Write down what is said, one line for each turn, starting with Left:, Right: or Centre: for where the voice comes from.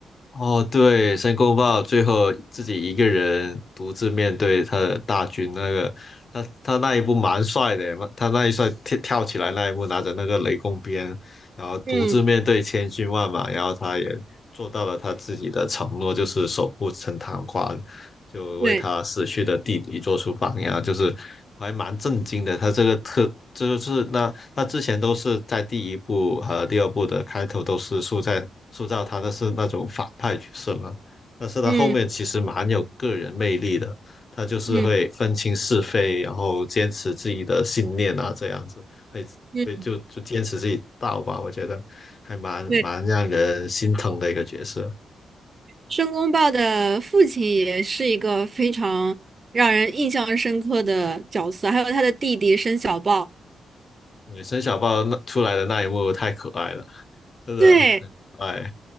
Left: 哦，对，申公豹最后自己一个人独自面对他的大军，那个他他那一步蛮帅的，他那一帅跳跳起来那一幕，拿着那个雷公鞭，然后独自面对千军万马，
Right: 嗯，
Left: 然后他也做到了他自己的承诺，就是守护陈塘关。就为他死去的弟弟做出榜样，
Right: 对，
Left: 就是我还蛮震惊的。他这个特就是那他之前都是在第一部和第二部的开头都是塑造塑造他的是那种反派角色嘛，但是他后面其实蛮有个人魅力的，
Right: 嗯
Left: 他就是会分清是非，
Right: 嗯
Left: 然后坚持自己的信念啊，这样子会会就就坚持自己道吧，
Right: 嗯，
Left: 我觉得还蛮蛮让人心疼的一个角色。
Right: 对。申公豹的父亲也是一个非常让人印象深刻的角色，还有他的弟弟申小豹，
Left: 对，申小豹那出来的那一幕太可爱了。真的很可爱，
Right: 对，特